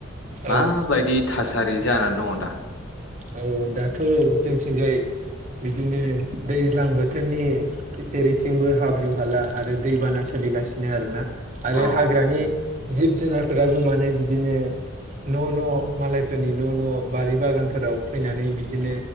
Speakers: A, on the left; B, on the right.
A: माबायदि
B: औ
A: थासारि जानान दंङ दा?
B: औ दाथ जोंनिथिंजाय बिदिनो दैज्लां बोथोरनि जेरैथिंबो हाब्रुु हाला आरो दैबाना सोम जिगासिनो आरोना आरो
A: अ
B: हाग्रानि जिब जुनारफोराबो माने बिदिनो‌ न' न' मालायफोरनि न' न' बारि बागान फोराव फैनानै बिदिनो